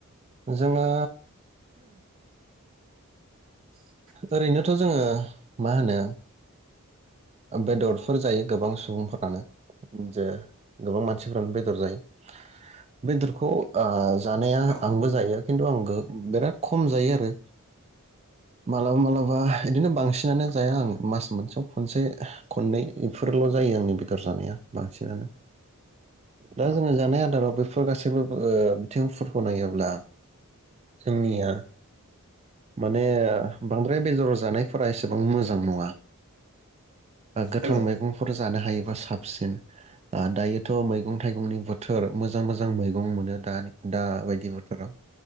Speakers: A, on the right; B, on the right.
A: जोंङो
B: <inaudible>
A: ओरैनोथ' जोंङो मा होनो बेदरफोर जायो गोबां सुबुंफोरानो जे गोबां मानसिफोरानो बेदर जायो बेदरखौ आ जानाया
B: औ
A: आंबो जायो किन्थु आं उम बेराद खम जायो आरो मालाबा मालाबा बिदिनो बांसिनानो जाया आङो मास मोनसेयाव खनसे खननै बेफोरल' जायो आंनि बेदर जानाया बांसिनानो दा जोंङो जानाय आदाराव बेफोर गासैबो बो ओ थिंफोरखौ नायोब्ला जोंनिया माने बांद्राय बेदर जानायफोरा एसेबां मोजां नङा। ओ गोथां
B: हेल'
A: मैगंफोर ज जानो हायोबा साबसिन ओ दायोथ' मैगं थाइगंनि बोथोर मोजां मोजां मैगं मोनो दा दा बायदि बोथोराव